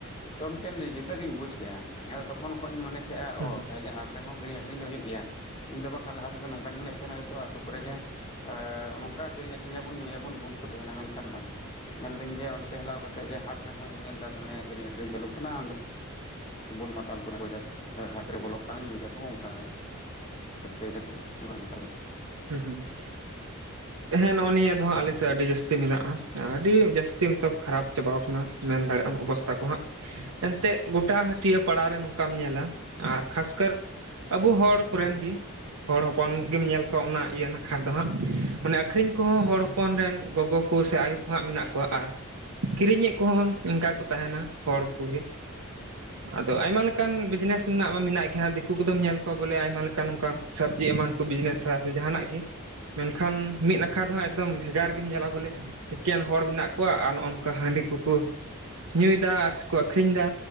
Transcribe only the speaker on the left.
ᱛᱚ ᱢᱤᱫᱴᱮᱱ ᱡᱩᱫᱟᱹ ᱜᱮᱧ ᱵᱩᱡ ᱠᱮᱫᱼᱟ ᱟᱫᱚ ᱛᱚᱠᱷᱚᱱ ᱠᱷᱚᱱ ᱤᱧ ᱢᱚᱱᱮ ᱠᱮᱫᱮᱜᱼᱟ
ᱚ
ᱛᱟᱦᱚᱞᱮ ᱦᱟᱴ ᱨᱮᱦᱚ ᱠᱤᱨᱤᱧ ᱟᱠᱷᱨᱤᱧ ᱫᱚ ᱦᱩᱭᱩᱜ ᱜᱮᱭᱟ ᱤᱧ ᱫᱚ ᱵᱟᱝᱠᱷᱟᱱ ᱞᱟᱦᱟ ᱛᱮᱫᱚ ᱱᱚᱝᱠᱟᱧ ᱢᱮᱱᱮ ᱮᱫ ᱛᱟᱦᱮᱫ-ᱟ ᱦᱳᱭ ᱛᱚ ᱟᱛᱳ ᱠᱚᱨᱮᱜᱮ ᱱᱚᱝᱠᱟ ᱠᱤᱨᱤᱧ ᱟᱠᱷᱨᱤᱧ ᱟᱵᱚᱱ ᱧᱩᱭᱟᱵᱚᱱ ᱵᱷᱩᱞ ᱠᱚ ᱛᱟᱦᱮᱸᱱᱟ ᱢᱮᱱᱠᱷᱟᱱ ᱵᱟᱝ ᱧᱮᱞ ᱮᱫᱟᱹᱧ ᱡᱮ ᱚᱱᱛᱮ ᱦᱮᱞᱟᱣ ᱠᱟᱛᱮ ᱦᱟᱴ ᱨᱮᱦᱚᱧ ᱧᱮᱞ ᱮᱫᱟ ᱫᱚᱢᱮ ᱠᱤᱨᱤᱧ ᱟᱠᱷᱨᱤᱧ ᱪᱟᱹᱞᱩᱜ ᱠᱟᱱᱟ ᱵᱩᱞ ᱢᱟᱛᱟᱞ <unintelligible> ᱠᱚ ᱡᱟᱹᱛᱤ ᱦᱟᱴᱨᱮ ᱵᱚᱞᱚᱜ ᱠᱟᱱᱟ ᱧᱩᱭ ᱮᱫᱟᱠᱚ ᱚᱱᱠᱟ ᱨᱟᱹᱥᱠᱟᱹᱭ ᱮᱫᱟᱠᱚ ᱢᱳᱵᱟᱭᱤᱞ <unintelligible>